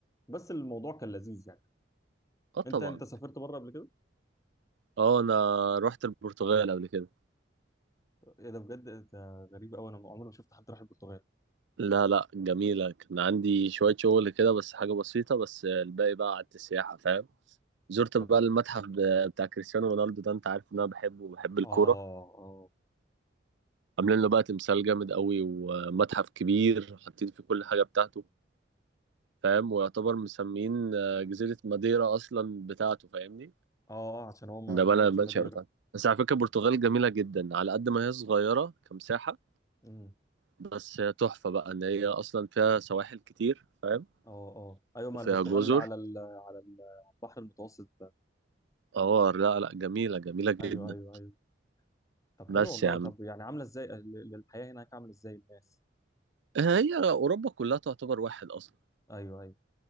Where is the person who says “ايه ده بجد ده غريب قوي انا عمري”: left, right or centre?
Left